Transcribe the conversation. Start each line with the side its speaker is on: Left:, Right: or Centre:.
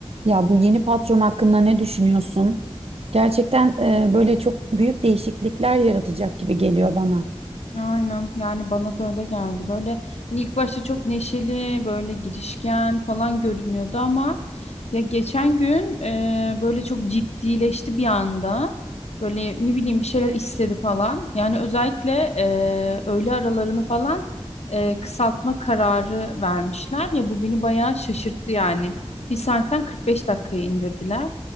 Right: Ya bu yeni patron hakkında ne düşünüyorsun? Gerçekten e, böyle çok büyük değişiklikler yaratacak gibi geliyor bana.
Left: Aynen yani bana da öyle geldi. Böyle hani ilk başta çok neşeli, böyle girişken falan görünüyordu ama ya geçen gün e, böyle çok ciddileşti bir anda. Böyle ne bileyim bir şeyler istedi falan. Yani özellikle e, öğle aralarını falan e, kısaltma kararı vermişler. Ya bu beni bayağı şaşırttı yani. Bir saatten 45 dakikaya indirdiler.